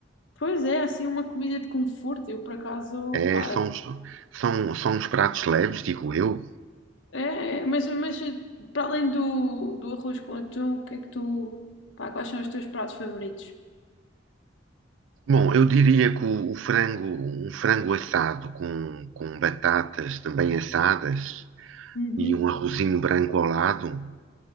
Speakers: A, on the left (about 75°); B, on the right (about 80°).
A: Pois é, assim uma comida de conforto. Eu por acaso,
B: É,
A: pá,
B: são, uns- são, são uns pratos leves, digo eu.
A: é, é, mas, mas para além do, do arroz com atum, o que é que tu, pá, quais são os teus pratos favoritos?
B: Bom, eu diria que o, o frango, um frango assado com, com batatas também assadas
A: Uhum.
B: e um arrozinho branco ao lado,